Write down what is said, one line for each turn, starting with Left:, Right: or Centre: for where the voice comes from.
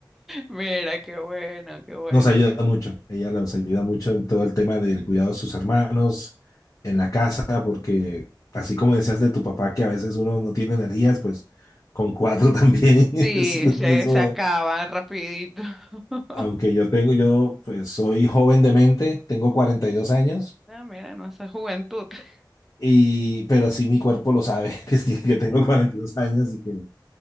Centre: Mira, qué bueno, qué bueno.
Left: Nos ayuda mucho, ella nos ayuda mucho en todo el tema del cuidado de sus hermanos, en la casa, porque así como decías de tu papá que a veces uno no tiene energías, pues con cuatro <laughs> también es
Centre: Sí,
Left: lo
Centre: se,
Left: mismo.
Centre: se acaba rapidito. <laughs>
Left: Aunque yo tengo, yo pues soy joven de mente, tengo 42 años,
Centre: Ah, mira, no, esa juventud, <laughs>
Left: y, pero sí mi cuerpo lo sabe, <laughs> que, sí, que tengo 42 años y que,